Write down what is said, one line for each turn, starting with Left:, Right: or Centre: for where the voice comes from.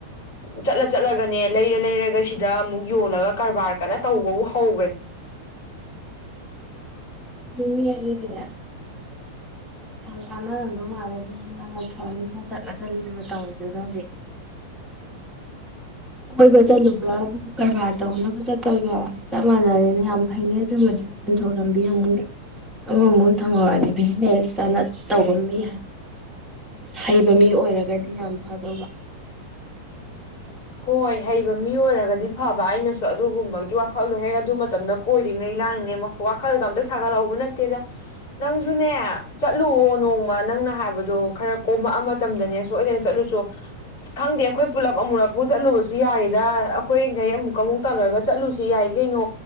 Left: ꯆꯠꯂ ꯆꯠꯂꯒꯅꯦ ꯂꯩꯔ ꯂꯩꯔꯒ ꯁꯤꯗ ꯑꯃꯨꯛ ꯌꯣꯜꯂꯒ ꯀꯔꯕꯥꯔ ꯀꯟꯅ ꯇꯧꯕꯕꯨ ꯍꯧꯈ꯭ꯔꯦ
Centre: ꯃꯤ ꯍꯒꯗꯅ ꯌꯥꯝ ꯀꯥꯟꯅꯔꯝꯗꯧ ꯃꯥꯜꯂꯦ ꯑꯗꯨꯗꯤ ꯃꯥꯅ ꯊꯧꯅꯤꯒ ꯆꯠꯂ ꯆꯠꯂꯒ ꯇꯧꯋꯗꯨꯗꯗꯤ ꯀꯣꯏꯕ ꯆꯠꯂꯨꯕ꯭ꯔꯥꯕꯨ ꯀꯔꯕꯥꯔ ꯇꯧꯅꯕ ꯆꯠꯄꯒ ꯆꯞ ꯃꯥꯟꯅꯔꯦꯅꯦ ꯌꯥꯝ ꯐꯩꯅꯦ ꯑꯗꯨꯃꯗꯤ ꯁꯦꯟꯊꯣꯛ ꯂꯝꯕꯤ ꯑꯃꯨꯛ ꯑꯃꯨꯛꯃꯨꯛ ꯊꯝꯍꯧꯔꯗꯤ ꯕꯤꯖꯤꯅꯦꯁ ꯆꯥꯅ ꯇꯧꯕ ꯃꯤ ꯍꯩꯕ ꯃꯤ ꯑꯣꯏꯔꯒꯗꯤ ꯌꯥꯝ ꯐꯗꯧꯕ
Left: ꯍꯣꯏ ꯍꯩꯕ ꯃꯤ ꯑꯣꯏꯔꯒꯗꯤ ꯐꯕ ꯑꯩꯅꯁꯨ ꯑꯗꯨꯒꯨꯝꯕꯒꯤ ꯋꯥꯈꯜꯗꯣ ꯍꯦꯛ ꯑꯗꯨ ꯃꯇꯝꯗ ꯀꯣꯏꯔꯤꯉꯩ ꯂꯥꯡꯂꯤꯉꯩ ꯋꯥꯈꯜꯒ ꯑꯝꯇ ꯁꯥꯒꯠꯍꯧꯕ ꯅꯠꯇꯦꯗ ꯅꯪꯁꯨꯅꯦ ꯆꯠꯂꯨꯑꯣ ꯅꯣꯡꯃ ꯅꯪꯅ ꯍꯥꯏꯕꯗꯣ ꯈꯔ ꯀꯣꯝꯃꯛꯑ ꯃꯇꯝꯗꯅꯦ ꯁꯣꯏꯗꯅ ꯆꯠꯂꯨꯁꯨ ꯑꯁ ꯈꯪꯗꯦ ꯑꯩꯈꯣꯏ ꯄꯨꯜꯂꯞ ꯑꯃꯨꯔꯛ ꯄꯨ ꯆꯠꯂꯨꯕꯁꯨ ꯌꯥꯔꯤꯦꯗ ꯑꯩꯈꯣꯏꯈꯩ ꯑꯃꯨꯛꯀ ꯑꯃꯨꯛ ꯇꯧꯅꯔꯒ ꯆꯠꯂꯨꯁꯤ ꯌꯥꯏ ꯀꯩꯅꯣ